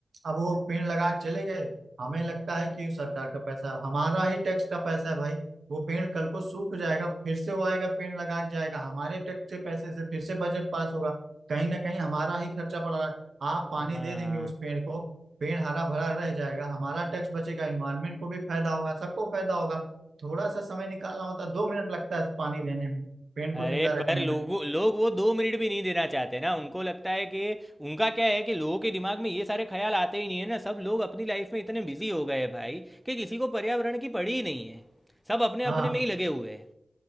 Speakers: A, on the right; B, in the centre.
A: अब वो पेड़ लगा के चले गए हमें लगता है कि ये सरकार का पैसा है हमारा ही टैक्स का पैसा है भाई वो पेड़ कल को सूख जाएगा फिर से वो आएगा पेड़ लगा के जाएगा हमारे टैक्स के पैसे से फिर से बजट पास होगा कहीं ना कहीं हमारा ही खर्चा पड़ रहा है आप पानी
B: हाँ हाँ
A: दे देंगे उस पेड़ को पेड़ हरा भरा रह जाएगा हमारा टैक्स बचेगा इन्वायरमेंट को भी फायदा होगा सबको फायदा होगा थोड़ा सा समय निकालना होता है दो मिनट लगता है पानी देने में पेड़ को
B: अरे
A: जिंदा रखने
B: पर लोगों
A: में
B: लोग वो दो मिनट भी नहीं देना चाहते ना उनको लगता है कि उनका क्या है कि लोगों के दिमाग में ये सारे ख्याल आते ही नहीं है ना सब लोग अपनी लाइफ में इतने बिजी हो गए हैं भाई कि किसी को पर्यावरण की पड़ी ही नहीं है सब अपने
A: हाँ
B: अपने में ही लगे हुए हैं